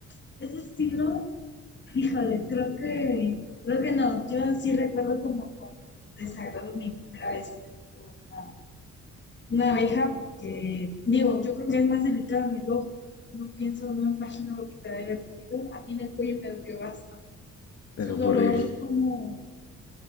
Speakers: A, on the left; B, on the left.
A: de ese estilo, Híjole, creo que, creo que no. Yo sí recuerdo como con desagrado mi primera vez que me tocó una, una abeja, que digo, yo creo que es más delicado en el ojo. No pienso, no me imagino lo que te debe haber dolido. A mí en el cuello me dolió bastante.
B: Eso
A: Es un dolor
B: fue horrible.
A: como,